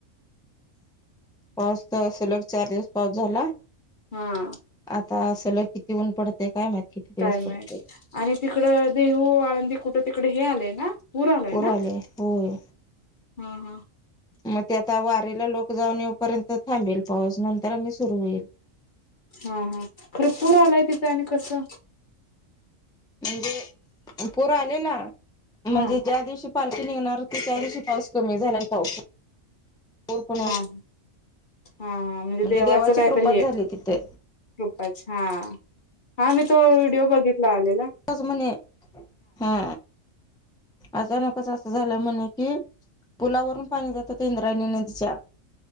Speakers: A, in the centre; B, on the left.
A: पाऊस त असं लग चार दिवस, पाऊस झाला.
B: हा!
A: आता अस लई किती ऊन पडत ते काय माहित किती. दिवस
B: काय
A: पडते
B: माहित, आणि तिकड देहू, आळंदी, कुठं तिकड हे आलेय ना? पूर आलाय
A: पुर
B: ना
A: आले होय.
B: हा हा
A: म ते आता वारी ला लोक जाऊन येऊपर्यंत थांबेल पाऊस, नंतर आणी सुरू होईल.
B: हा हा खर पूर आलाय तिथं, आणि कसं?
A: म्हणजे पुर आलेला, म्हणजे
B: हा
A: ज्या दिवशी पाल खी निघणार होती त्या दिवशी पाऊस कमी झाला. आणि पाऊस पूर पण होत
B: हा, हा, हा म्हणजे देवाचं
A: देवाची
B: कायतरी
A: कृपाच
B: हे
A: झाली तिथे
B: कृपाच, हा हा मी तो व्हिडओ बघितला आलेला.
A: तोच म्हणे हा अचानकच असं झालं म्हणे कि पुलावरून पाणी जात होत इंद्रायणी, नदीच्या.